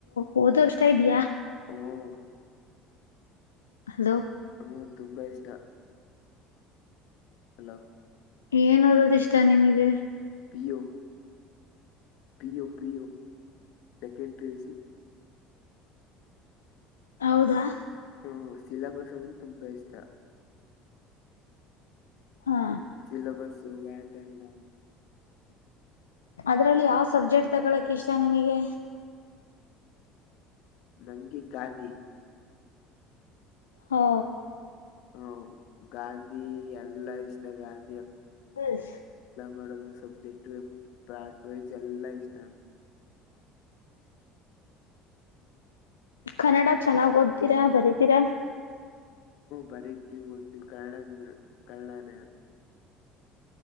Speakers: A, on the left; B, on the left.
A: ಓದೋದು ಇಷ್ಟಇದ್ಯಾ.
B: ಹ್ಮ್
A: ಹಲೋ.
B: ಹ್ಮ ತುಂಬಾ ಇಷ್ಟ. ಹಲೋ.
A: ಏನ್ ಓದೋದು ಇಷ್ಟ ನಿಮಗೆ.
B: P U. P U P U second P U C.
A: ಹೌದಾ.
B: ಹ್ಮ ಸಿಲಬಸ್ ಅಂದ್ರೆ ತುಂಬಾ ಇಷ್ಟ.
A: ಹಾ.
B: ಸಿಲ್ಲಬಸ್ ವಾಕರ್ಣ.
A: ಅದ್ರಲ್ಲಿ ಯಾವ ಸಬ್ಜೆಕ್ಟ್ ತಗಳಕೆ ಇಷ್ಟ ನಿಮಗೆ.
B: ನನಗೆ. <inaudible>
A: ಹಾ.
B: ಹ್ಮ ಗಾಂಧಿ ಎಲ್ಲಾ ಇಷ್ಟ ಗಾಂಧಿ.
A: <inaudible>
B: ಮಾಡೋದ ಸಬ್ಜೆಕ್ಟ್ ಪ್ರಾಟ್ ವೈಸ್ ಎಲ್ಲಾ ಇಷ್ಟ.
A: ಕನ್ನಡ ಚೆನ್ನಾಗ್ ಓದತೀರಾ ಬರಿತೀರಾ.
B: ಬರ್ತೀನಿ ಓತೀನಿ ಕನ್ನಡ ಮೇಡಂ ಕನ್ನಡ ನೆ.